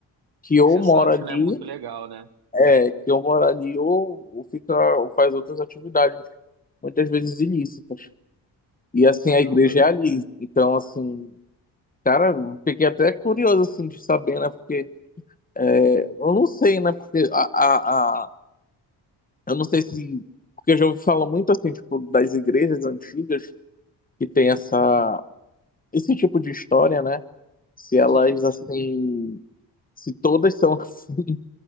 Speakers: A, on the left; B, on the right.
A: que ou
B: que você
A: mora
B: sabe
A: ali,
B: que não é muito legal, né?
A: é, que ou mora ali, ou, ou fica, ou faz outras atividades, muitas vezes ilícitas. E assim,
B: Caramba.
A: a igreja é ali. Então, assim, cara, eu fiquei até curioso assim de saber, né? Porque eu não sei, né? Porque a, a, a- eu não sei se. Porque eu já ouvi falar muito assim, tipo, das igrejas antigas que tem essa, esse tipo de história, né? Se elas
B: Sim,
A: assim. Se todas são <laughs> assim,